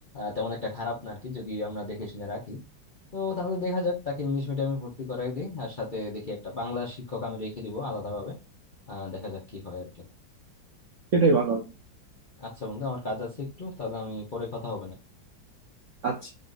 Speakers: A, on the left (about 50°); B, on the right (about 65°).
A: তেমন একটা খারাপ না আর কি যদি আমরা দেখে শুনে রাখি তো তাহলে দেখা যাক তাকে ইংলিশ মিডিয়ামে ভর্তি করাই দিই আর সাথে দেখি একটা বাংলা শিক্ষক আমি রেখে দিব আলাদাভাবে আহ দেখা যাক কি হয় আর কি
B: সেটাই ভালো হবে
A: আচ্ছা বন্ধু আমার কাজ আছে একটু তাহলে আমি পরে কথা হবে না
B: আচ্ছা